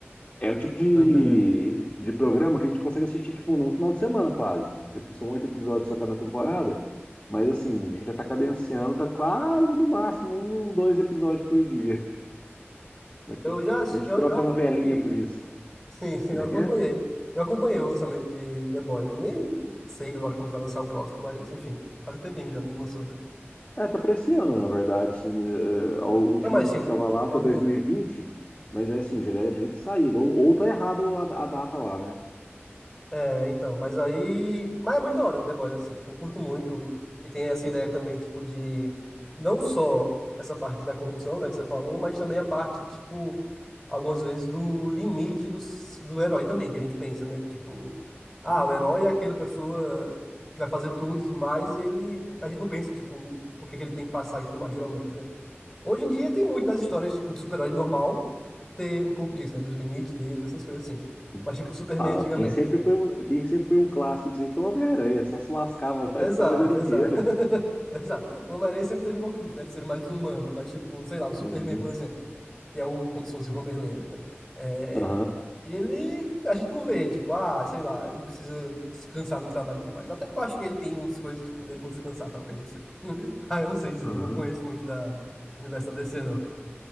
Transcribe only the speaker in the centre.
tô entendendo.
Eu já, assi-
eu,
eu acompanhei,
né?
<laughs> Sim, sim,
eu
acompanhei.
Eu acompanhei o lançamento de The Boys. Eu nem sei agora quando vai lançar o próximo, mas, enfim, faz um tempinho que já não lançou, né?
Não, mas, sim,
a
última.
É, então, mas aí. Mas é muito da hora do The Boys, assim, tipo, eu curto muito. E tem essa ideia também, tipo, de não só essa parte da corrupção, né, que você falou, mas também a parte, tipo, algumas vezes do limite do, do herói também, que a gente pensa, né? Que, tipo, ah,
o herói é aquela pessoa que vai fazer tudo e tudo mais, e ele. A gente não pensa, tipo, o que que ele tem que passar e tudo mais, geralmente, né? Hoje em dia tem muitas histórias, tipo, de super-herói normal ter um pouco disso, né? Dos limites dele, essas coisas assim.
Mas, tipo, Superman
antigamente.
Exato,
exato. <laughs> Exato. O Homem-Aranha sempre teve um pouco disso, né? De ser mais humano, mas tipo, sei lá, o Superman,
por exemplo, que é o, como se fosse o Homer Lander, né? É,
ele, a gente não vê ele, tipo, ah, sei lá, ele precisa se cansar no trabalho e tudo mais. Até porque eu acho que ele tem umas coisas, tipo, dele não se cansar, talvez, não sei. <laughs> Ah, eu não sei dizer,
eu não conheço muito da, do universo da DC, não.